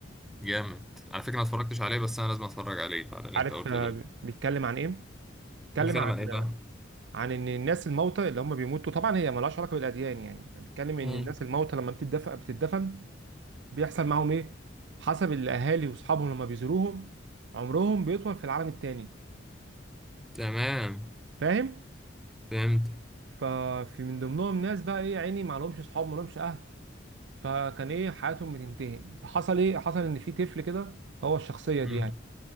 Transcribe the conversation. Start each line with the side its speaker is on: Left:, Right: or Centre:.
Centre: جامد على فكرة أنا اتفرجتش عليه بس أنا لازم أتفرج عليه بعد اللي
Right: عارف
Centre: أنت قلته
Right: آه،
Centre: ده
Right: بيتكلم عن ايه بيتكلم
Centre: بيتكلم
Right: عن
Centre: عن إيه بقى؟
Right: عن ان الناس الموتى اللي هم بيموتوا طبعا هي ملهاش علاقه بالاديان يعني بيتكلم ان
Centre: مم.
Right: الناس الموتى لما بتدفن بتدفن بيحصل معاهم ايه حسب الاهالي واصحابهم لما بيزوروهم عمرهم بيطول في العالم التاني
Centre: تمام
Right: فاهم
Centre: فهمت
Right: ففي من ضمنهم ناس بقى ايه يا عيني ما لهمش اصحاب ما لهمش اهل فكان ايه حياتهم بتنتهي فحصل ايه حصل ان في طفل كده هو الشخصيه دي
Centre: مم.
Right: يعني.